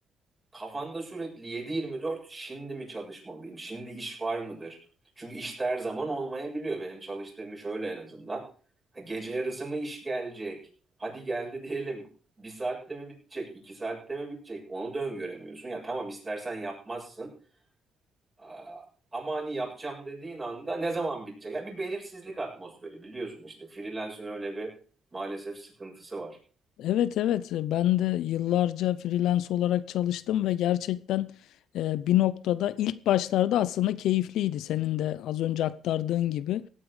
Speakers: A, on the right; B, on the left.
A: Kafanda sürekli yedi yirmi dört şimdi mi çalışmalıyım? Şimdi iş var mıdır? Çünkü işte her zaman olmayabiliyor. Benim çalıştığım iş öyle en azından. Ha, Gece yarısı mı iş gelecek? Hadi geldi diyelim. Bir saatte mi bitecek? iki saatte mi bitecek? Onu da öngöremiyorsun. Ya tamam istersen yapmazsın. Aa, Ama hani yapacağım dediğin anda ne zaman bitecek? Ya bir belirsizlik atmosferi biliyorsun işte. Freelance'ın öyle bir maalesef sıkıntısı var.
B: Evet evet ben de yıllarca freelance olarak çalıştım ve gerçekten e, bir noktada ilk başlarda aslında keyifliydi. Senin de az önce aktardığın gibi